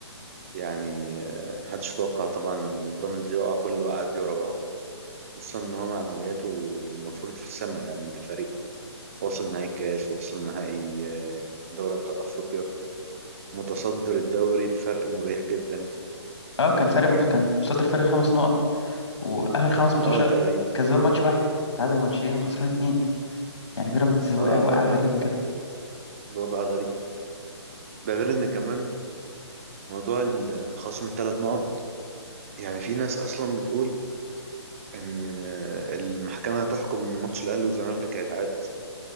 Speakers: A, on the right; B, on the left.
A: يعني آه، محدش يتوقع طبعا إن بيراميدز يقع كل وقعات دي ورا بعض خصوصا إن هو معنوياته المفروض في السماء يعني أنت فريق واصل نهائي الكاس واصل نهائي آه، دوري أبطال أفريقيا متصدر الدوري بفرق مريح جدا
B: اه كان فارق
A: يعني
B: كان متصدر فرق خمس نقط واخر خمس ماتشات
A: اه تقريبا
B: كسبان ماتش واحد تعادل ماتشين وخسران اتنين يعني بيراميدز وقع
A: اه
B: وقعه
A: الوضع
B: غريبه كده
A: الوضع غريب ده غير إن كمان موضوع ال- خصم الثلاث نقط يعني في ناس أصلا بتقول ان المحكمه تحكم ان ماتش الاهلي والزمالك هيتعاد اصلا